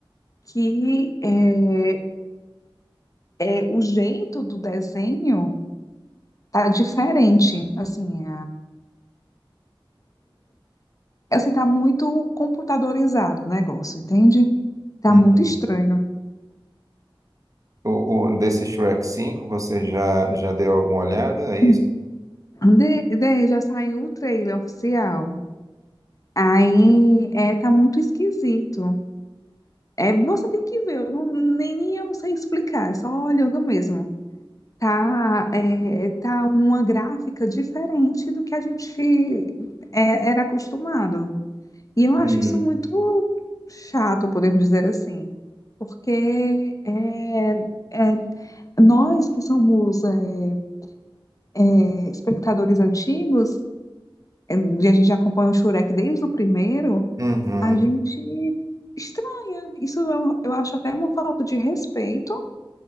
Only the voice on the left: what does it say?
que é, é, o jeito do desenho tá diferente, assim, É assim, tá muito computadorizado o negócio, entende? Tá
muito
estranho.
Hum. De, de- já saiu o trailer oficial. Aí é, tá muito esquisito. É, você tem que ver, eu não- nem, nem eu sei explicar, é só olhando mesmo. Tá, é, tá uma gráfica diferente do que a gente é, era acostumado. E eu acho
isso muito chato, podemos dizer assim, porque é, é, Nós que somos é, é, espectadores antigos, é, e a gente já acompanha o Shurek desde o primeiro,
a gente estranha. Isso eu, eu acho até uma falta de respeito